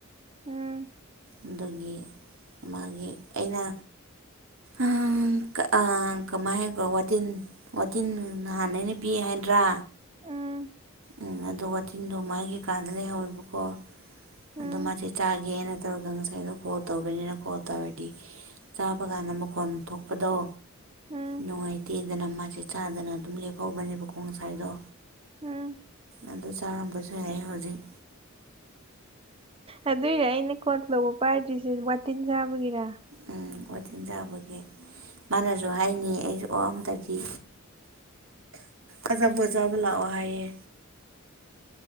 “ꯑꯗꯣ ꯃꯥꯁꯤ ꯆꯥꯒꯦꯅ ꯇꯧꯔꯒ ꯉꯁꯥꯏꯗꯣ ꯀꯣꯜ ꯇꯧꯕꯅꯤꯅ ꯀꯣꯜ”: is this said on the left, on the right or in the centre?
Right